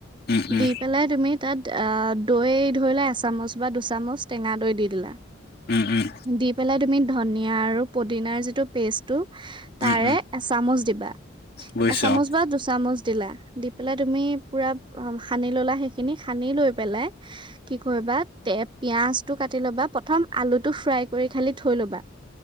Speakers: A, on the left (about 50°); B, on the right (about 25°).
A: উম, উম,
B: দি পেলাই তুমি তাত অ', দৈ ধৰিলে এচামুচ বা দুচামুচ টেঙা দৈ দি দিলা।
A: উম, উম,
B: দি পেলাই তুমি ধনিয়া আৰু পদিনাৰ যিটো পেষ্টটো তাৰে
A: উম, উম,
B: এচামুচ দিবা।
A: বুজিছো
B: এচামুচ
A: অ',
B: বা দুচামুচ দিলা, দি পেলাই তুমি পুৰা সানি ললা সেইখিনি সানি লৈ পেলাই, কি কৰিব বা তে পিয়াজটো কাট লবা প্ৰথম আলুটো ফ্ৰাই কৰি খালী থৈ লবা।